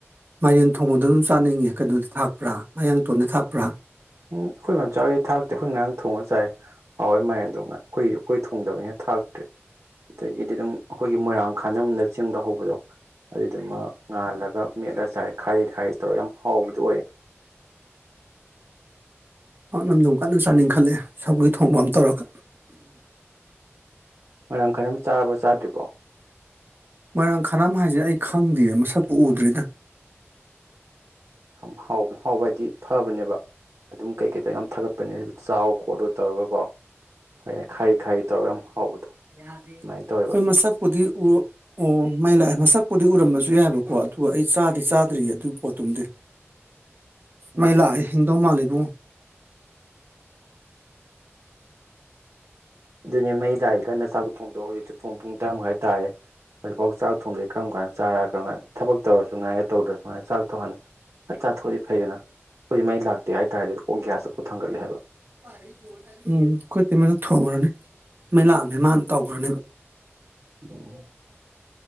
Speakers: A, on the right (about 50°); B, on the right (about 85°).
A: ꯃꯥꯏꯔꯦꯟ ꯊꯣꯡꯕꯗꯨꯝ ꯆꯥꯅꯤꯡꯉꯦ ꯀꯩꯅꯣꯗꯣ ꯊꯥꯛꯄ꯭ꯔꯥ ꯃꯌꯥꯡꯇꯣꯟꯗꯣ ꯊꯥꯛꯄ꯭ꯔꯥ
B: ꯎꯝ ꯑꯩꯈꯣꯏ ꯃꯝꯆꯥ ꯊꯥꯛꯇꯦ ꯑꯩꯈꯣꯏ ꯉꯔꯥꯡ ꯊꯣꯡꯉꯒ ꯆꯥꯏ ꯍꯥꯎꯋꯦ ꯃꯥꯏꯔꯦꯟꯗꯣ ꯑꯩꯈꯣꯏ ꯑꯩꯈꯣꯏ ꯊꯣꯡꯗꯕꯅꯤꯅ ꯊꯥꯛꯇ꯭ꯔꯦ ꯑꯗꯒꯤꯗꯤ ꯑꯗꯨꯝ ꯑꯩꯈꯣꯏꯒꯤ ꯃꯣꯏꯔꯥꯡ ꯈꯥꯅꯝꯅ ꯆꯤꯡꯗ ꯍꯧꯕꯗꯣ ꯑꯗꯨ ꯗꯨꯃ ꯉꯥꯜꯂꯒ ꯃꯦꯠꯂ ꯆꯥꯏ ꯈꯥꯔꯤ ꯈꯥꯔꯤ ꯇꯧꯔꯒ ꯌꯥꯝ ꯍꯥꯎꯕꯗꯨ ꯑꯣꯏ
A: ꯄꯥꯛꯅꯝꯗꯨꯝ ꯀꯟꯅ ꯆꯥꯅꯤꯡꯈꯠꯂꯦ ꯁꯧꯒꯔ꯭ꯤ ꯊꯣꯡꯕ ꯑꯃ ꯇꯧꯔꯒ
B: ꯃꯣꯏꯔꯥꯡ ꯈꯔꯝ ꯆꯥꯔꯕ ꯆꯥꯗ꯭ꯔꯤꯕꯣ
A: ꯃꯣꯏꯔꯥꯡ ꯈꯅꯝ ꯍꯥꯏꯁꯦ ꯑꯩ ꯈꯪꯗ꯭ꯔꯤꯗ ꯃꯁꯛꯄꯨ ꯎꯗ꯭ꯔꯦꯗ
B: ꯍꯕ ꯍꯥꯎꯕ ꯍꯥꯏꯗꯤ ꯐꯕꯅꯦꯕ ꯑꯗꯨꯝ ꯀꯩꯀꯩꯗꯣ ꯌꯥꯝ ꯊꯥꯒꯠꯄꯅꯦ ꯑꯗꯨ ꯆꯥꯎ ꯈꯣꯠꯂꯨ ꯇꯧꯔꯒ ꯀꯣ ꯐꯩꯦ ꯈꯥꯏꯔꯤ ꯈꯥꯏꯔꯤ ꯇꯧꯔꯒ ꯌꯥꯝ ꯍꯥꯎꯕꯗꯣ
A: ꯑꯩꯈꯣꯏ
B: ꯑꯗꯨꯃꯥꯏꯅ ꯇꯧꯋꯦꯕ
A: ꯃꯆꯥꯥꯄꯗꯤ ꯎꯔ ꯑꯣ ꯃꯩ ꯂꯥꯛꯑꯦ ꯃꯁꯛꯄꯨꯗꯤ ꯎꯔꯝꯕꯁꯨ ꯌꯥꯏꯕꯀꯣ ꯑꯗꯨꯒ ꯑꯩ ꯆꯥꯗꯤ ꯆꯥꯗ꯭ꯔꯤꯌꯦ ꯑꯗꯨꯒꯤ ꯄꯣꯠꯇꯨꯝꯗꯤ
B: <inaudible> ꯎꯝ
A: ꯃꯥꯏ ꯂꯥꯛꯑꯦ ꯍꯤꯟꯗꯧ ꯃꯥꯕꯨꯡ
B: ꯑꯗꯨꯅꯦ ꯃꯩ ꯂꯥꯛꯏꯀꯥꯟꯗ ꯆꯥꯛ ꯊꯣꯡꯗꯣ ꯍꯧꯖꯤꯛꯇꯤ ꯄꯨꯡ ꯄꯨꯡ ꯇꯔꯥ ꯃꯈꯉꯥꯏ ꯇꯥꯔꯦ ꯍꯧꯖꯤꯛꯐꯥꯎ ꯆꯥꯛ ꯊꯣꯡꯗꯩ ꯀꯔꯝ ꯀꯥꯟ ꯆꯥꯔꯥ ꯀꯔꯝ ꯀꯥꯟꯗ ꯊꯕꯛꯧꯔꯁꯨꯅꯨꯡꯥꯏꯦ ꯇꯧꯗ꯭ꯔꯁꯨꯃꯥꯏꯅ ꯆꯥꯛ ꯊꯣꯡꯍꯥꯟꯗ ꯆꯥꯛ ꯆꯥꯊꯣꯛꯑꯗꯤ ꯐꯩꯗꯅ ꯑꯩꯈꯣꯏꯗꯤ ꯃꯩ ꯂꯥꯛꯇꯦ ꯍꯥꯏꯇꯥꯔꯦ ꯑꯗꯨ ꯍꯨꯡꯒ꯭ꯌꯥꯁꯇꯨ ꯄꯨꯛ ꯊꯪꯒꯠꯂꯦ ꯍꯥꯏꯕ
A: ꯎꯝ ꯑꯩꯈꯣꯏ ꯏꯇꯩꯃꯅ ꯊꯣꯡꯒ꯭ꯔꯅꯤ ꯃꯩ ꯂꯥꯛꯑꯝꯅꯦ ꯃꯥꯅ ꯇꯧꯒ꯭ꯔꯅꯦꯕ
B: ꯎꯝ